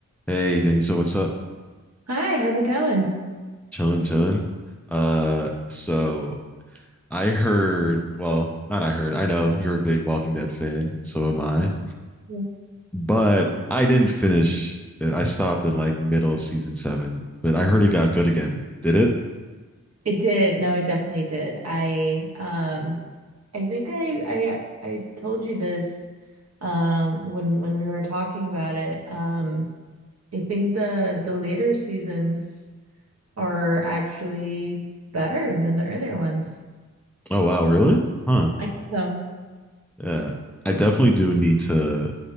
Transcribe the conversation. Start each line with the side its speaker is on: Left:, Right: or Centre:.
Centre: Hey, Danny. So what's up?
Right: Hi, how's it going?
Centre: Chilling, chilling. Uh, so I heard, well, not I heard, I know you're a big Walking Dead fan, so am I.
Right: Yeah.
Centre: But I didn't finish it. I stopped at like middle of season seven, but I heard it got good again. Did it?
Right: It did. No, it definitely did. I um I think I I I told you this um when when we were talking about it. Um I think the the later seasons are actually better than the earlier ones.
Centre: Oh wow, really? Huh.
Right: I think so.
Centre: Yeah. I definitely do need to